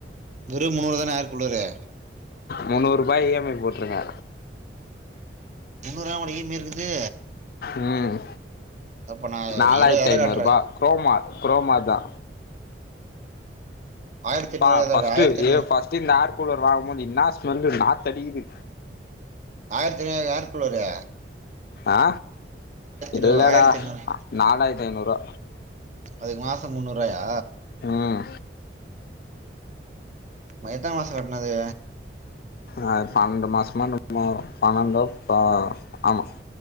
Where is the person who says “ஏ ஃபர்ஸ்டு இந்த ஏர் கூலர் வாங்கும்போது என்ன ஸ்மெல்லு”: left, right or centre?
Left